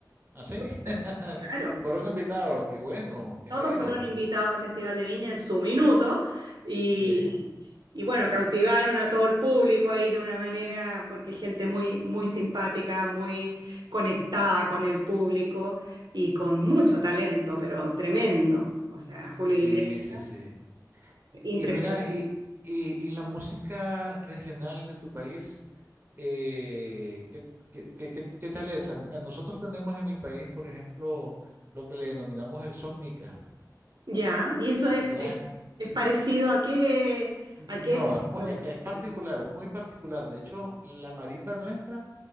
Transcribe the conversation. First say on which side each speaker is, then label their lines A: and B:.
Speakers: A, on the right (about 30°); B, on the right (about 80°).
A: ¿Ah, sí?
B: Entonces,
A: <laughs>
B: claro,
A: Fueron invitados, qué bueno, qué
B: todos
A: alegre.
B: fueron invitados al Festival de Viña en su minuto y,
A: Sí,
B: y bueno, cautivaron a todo el público ahí de una manera, porque gente muy, muy simpática, muy conectada con el público y con mucho talento, pero tremendo. O sea, Julio
A: sí,
B: Iglesias,
A: sí, sí. Y
B: impres-
A: mira, y, y, y la música regional de tu país, eh, ¿qué, qué, qué- qué- qué tal es? A, mí- a nosotros tenemos en mi país, por ejemplo, lo que le denominamos el son nica.
B: Ya, y eso es,
A: Ya,
B: es, es parecido a qué,
A: N-
B: a qué
A: no,
B: estilo
A: es, mu- e-
B: musical,
A: es particular, muy particular. De hecho, la marimba nuestra,